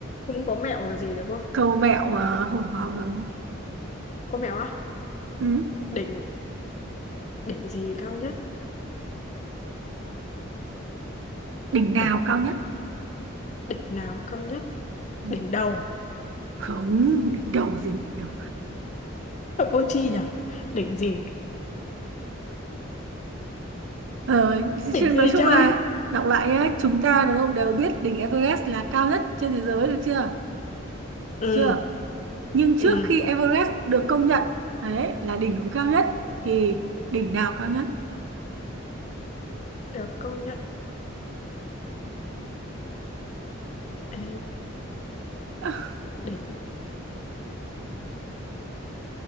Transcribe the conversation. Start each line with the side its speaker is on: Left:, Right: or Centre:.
Left: Không có mẹo là gì đúng không?
Right: câu mẹo mà hồi hộp vào
Left: Có mẹo á?
Right: ừ.
Left: Đỉnh, đỉnh gì cao nhất?
Right: đỉnh nào
Left: Đỉnh,
Right: cao nhất
Left: đỉnh nào cao nhất?
Right: Ừ.
Left: Đỉnh đầu.
Right: không đỉnh đầu gì đỉnh đầu
Left: ở vô tri nhỉ? Đỉnh gì?
Right: Ờ,
Left: Đỉnh
Right: chứ nói
Left: gì
Right: chung
Left: chơi?
Right: là đọc lại nhé, chúng ta đúng không đều biết đỉnh Everest là cao nhất trên thế giới được chưa?
Left: Ừ,
Right: Được Chưa. Nhưng trước
Left: ừ,
Right: khi Everest được công nhận đấy là đỉnh núi cao nhất thì đỉnh nào cao nhất?
Left: được công nhận. Ê,
Right: <laughs>
Left: đỉnh.